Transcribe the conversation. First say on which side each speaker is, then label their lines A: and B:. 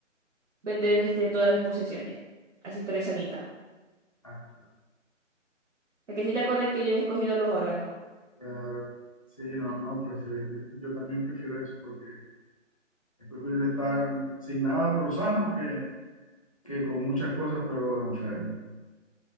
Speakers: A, on the right; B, on the left.
A: vender este, todas mis posesiones. Así estaré sanita.
B: Ah, claro,
A: Es que si te acuerdas que yo he escogido los órganos.
B: claro. Sí, no, no, prefiero, yo también prefiero eso porque es preferible estar sin nada pero sano que, que con muchas cosas pero enfermo.